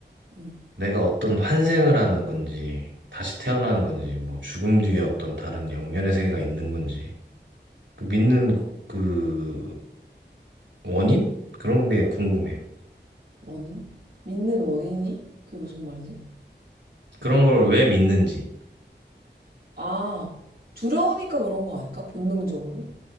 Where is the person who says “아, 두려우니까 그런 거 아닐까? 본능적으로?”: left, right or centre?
Right